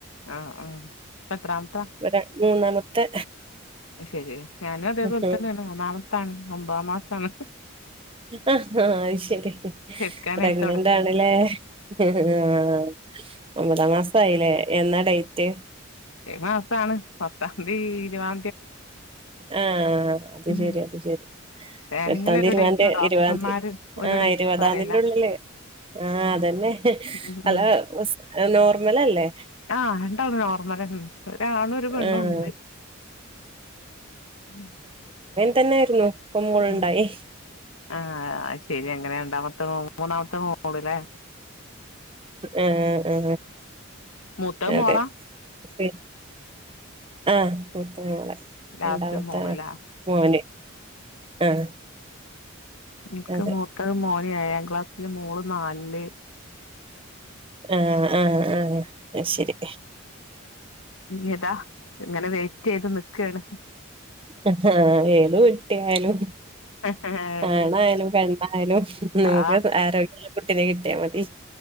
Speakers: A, on the left; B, on the right.
A: ആ ആ പത്രാമത്താ
B: ഒര മൂന്നാമത്തെ
A: ശെരി ഞാനും അതേപോലെ
B: ആഹ്
A: തന്നെ മൂന്നാമത്താണ് ഒമ്പതാ മാസാണ്
B: ആഹ് അത് ശരി
A: കെട്ക്കാനായി
B: പ്രഗ്നന്റ്
A: തൊടങ്ങ്ണ്
B: ആണല്ലേ ആഹ് ഒമ്പതാം മാസയില്ലേ എന്നാ ഡേറ്റ്
A: ഈ മാസാണ് പത്താംതീ ഇരുവാ
B: ആഹ് അത്
A: ഉം
B: ശരി അത് ശരി
A: പ്ലാനിങ്ങിലൊരു
B: എട്ടാംതി ഇരുപതാന്തി
A: ഡേറ്റും ഡോക്ടർമാര്
B: ഇരുപതാന്തി
A: ഒരു
B: ആഹ്
A: ഡേറ്റ്
B: ഇരുപതാംതിന്റെ
A: പറയലാ
B: ഉള്ളില് ആഹ് അതന്നെ
A: ഉം
B: അല്ല
A: ഉം
B: സ് നോർമലല്ലേ
A: ആഹ് രണ്ടാളും നോർമലന്നെ ഒരാണു ഒരു പെണ്ണു
B: ആഹ്
A: ഉണ്ട് <unintelligible>
B: തന്നായിരുന്നു ഇപ്പ മോളുണ്ടായി
A: ഉം ആഹ് അശെരി അങ്ങനെ രണ്ടാമത്തെ മൂന്നാമത്തെ മോള് അല്ലേ
B: ഏ ഏ
A: മൂത്തത് മോളാ
B: അതെ പി ആഹ് മുത്തമോളെ
A: ലാസ്റ്റ്
B: രണ്ടാമത്തെ
A: മോള്ല്ലേ
B: ആ മോന് ആഹ്
A: എനിക്ക്
B: അതെ
A: മുത്തത് മോന് ഏഴാം ക്ലാസ്സില് മോള് നാലില്
B: ആഹ് ആഹ് ആഹ് അശെരി
A: യഥാ ഇങ്ങനെ വെയിറ്റെയ്ത് നിക്കേണ്
B: ആഹ് ഏലു കുട്ടിയായാലും
A: അതന്നെ
B: ആണായാലും പെണ്ണായാലും നമുക്ക്
A: ആഹ്
B: ആരോഗ്യള്ള കുട്ടീനെ കിട്ടിയാൽ മതി.